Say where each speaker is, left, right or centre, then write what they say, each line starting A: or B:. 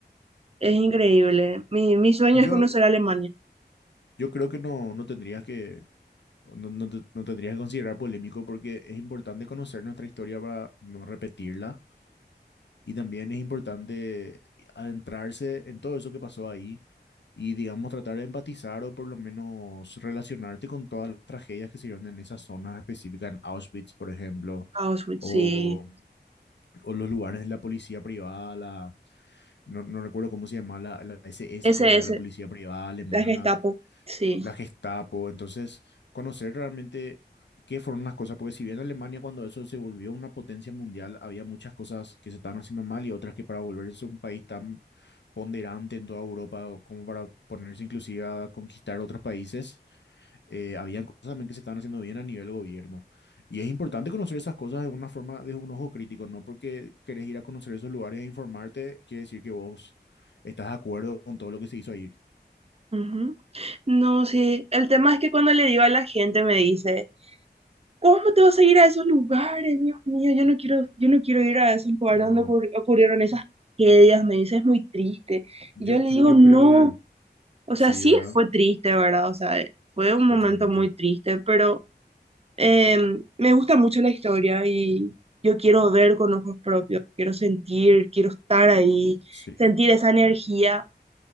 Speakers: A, on the right; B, on the left.
A: es increíble. Mi, mi sueño
B: Y yo,
A: es conocer Alemania,
B: yo creo que no, no tendrías que No, no, te- no tendrías que considerar polémico porque es importante conocer nuestra historia para no repetirla y también es importante adentrarse en todo eso que pasó ahí y digamos tratar de empatizar o por lo menos relacionarte con todas las tragedias que se dieron en esas zonas específicas, en Auschwitz, por ejemplo,
A: Auschwitz,
B: o,
A: sí,
B: o los lugares de la policía privada, la, no, no recuerdo cómo se llamaba, la, la S S
A: ese,
B: creo que
A: ese,
B: era la policía privada alemana
A: la Gestapo, sí.
B: la Gestapo. Entonces, conocer realmente qué fueron las cosas, porque si bien Alemania cuando eso se volvió una potencia mundial, había muchas cosas que se estaban haciendo mal y otras que para volverse un país tan ponderante en toda Europa, o como para ponerse inclusive a conquistar otros países, eh, habían cosas también que se estaban haciendo bien a nivel gobierno. Y es importante conocer esas cosas de una forma, de un ojo crítico, no porque querés ir a conocer esos lugares e informarte, quiere decir que vos estás de acuerdo con todo lo que se hizo ahí.
A: ujú. No, sí, el tema es que cuando le digo a la gente me dice... ¿Cómo te vas a ir a esos lugares? Dios mío, yo no quiero, yo no quiero ir a esos lugares
B: No,
A: donde ocurri- ocurrieron esas tragedias, me dice, es muy triste.
B: yo,
A: Y yo le digo,
B: yo
A: no,
B: creo
A: o sea,
B: Sí,
A: sí
B: ¿verdad?
A: fue triste, ¿verdad? O sea, fue un momento
B: Totalmente.
A: muy triste, pero eh, me gusta mucho la historia y yo quiero ver con ojos propios, quiero sentir, quiero estar ahí,
B: Sí.
A: sentir esa energía